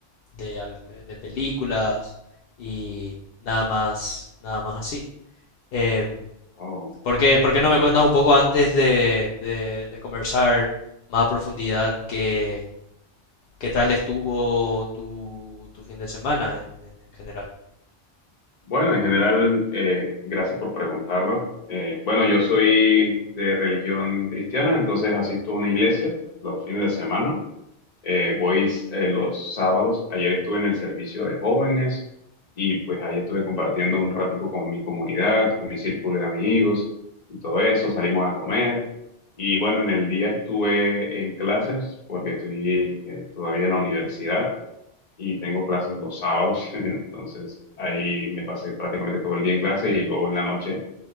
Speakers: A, on the left; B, on the left.
A: de, al- de- de películas y nada más, nada más así. Em,
B: Oh,
A: ¿por qué, por qué no
B: ok.
A: me cuentas un poco antes de, de de conversar más a profundidad que... ¿Qué tal estuvo tu, tu fin de semana en, en- en general?
B: Bueno, en general, eh, gracias por preguntarlo. Eh, bueno, yo soy de religión cristiana, entonces asisto a una iglesia los fines de semana. Eh, voy eh, los sábados. Ayer estuve en el servicio de jóvenes y pues ahí estuve compartiendo un ratico con mi comunidad, con mi círculo de amigos y todo eso. Salimos a comer y bueno, en el día estuve en clases porque estoy eh, todavía en la universidad y tengo clases los sábados. <laughs> Entonces ahí me pasé prácticamente todo el día en clase y luego en la noche